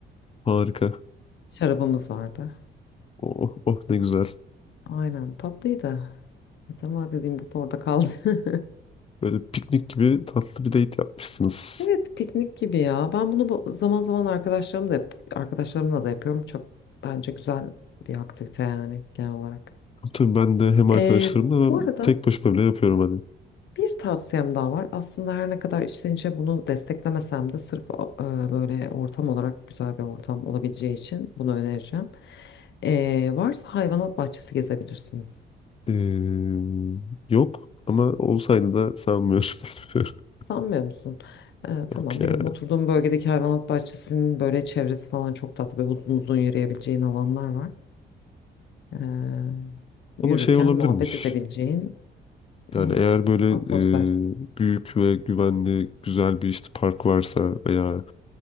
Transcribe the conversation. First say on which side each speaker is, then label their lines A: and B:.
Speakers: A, on the left; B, on the left.
A: harika.
B: Şarabımız vardı.
A: Oh, oh ne güzel.
B: Aynen tatlıydı. Evet, ama dediğim gibi orada kaldı. <laughs>
A: Böyle piknik gibi tatlı bir date yapmışsınız.
B: Evet piknik gibi ya. Ben bunu bu- zaman zaman arkadaşlarım da yap- arkadaşlarımla da yapıyorum. Çok bence güzel bir aktivite yani genel olarak.
A: Tabii ben de hem arkadaşlarımla
B: Ee, bu
A: ben
B: arada
A: tek başıma bile yapıyorum hani.
B: bir tavsiyem daha var. Aslında her ne kadar içten içe bunu desteklemesem de sırf e, böyle ortam olarak güzel bir ortam olabileceği için bunu önereceğim. Ee, varsa hayvanat bahçesi gezebilirsiniz.
A: Ee, yok ama olsaydı da sanmıyorum. <laughs>
B: Sanmıyor musun? Ee, tamam
A: Yok ya.
B: benim oturduğum bölgedeki hayvanat bahçesinin böyle çevresi falan çok tatlı. Böyle uzun uzun yürüyebileceğin alanlar var. Ee,
A: Ama
B: yürürken
A: şey olabilirmiş.
B: muhabbet edebileceğin
A: Yani
B: bir
A: eğer böyle
B: atmosfer.
A: e, büyük ve güvenli güzel bir işte park varsa veya